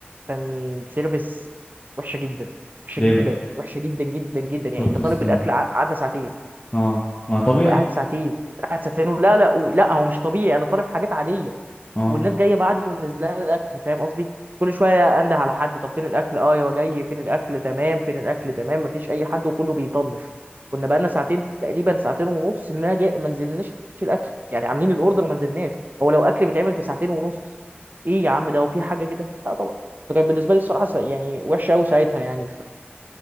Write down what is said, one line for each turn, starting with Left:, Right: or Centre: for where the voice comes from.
Right: كان سيرفيس وحشة جدا وحشة
Left: ليه
Right: جدا
Left: بقى
Right: وحشة جدا جدا جدا يعني
Left: فضلت
Right: انت طالب
Left: مستني
Right: الأكل ع- قعدنا ساعتين
Left: اه ما طبيعي
Right: قعد ساعتين قعد ساعتين لا لا و- لا هو مش طبيعي انا طالب حاجات عادية
Left: اه
Right: والناس جايه بعدي ونزلها الاكل فاهم قصدي كل شويه انده على حد طب فين الاكل اه يا جاي فين الاكل تمام فين الاكل تمام مفيش اي حد وكله بيطنش كنا بقالنا ساعتين تقريبا ساعتين ونص ما جاء ما نزلناش الاكل يعني عاملين الاوردر وما نزلناش هو لو اكل بيتعمل في ساعتين ونص ايه يا عم ده وفي حاجه كده لا طبعا فكان بالنسبه لي الصراحه س- يعني وحشه قوي ساعتها يعني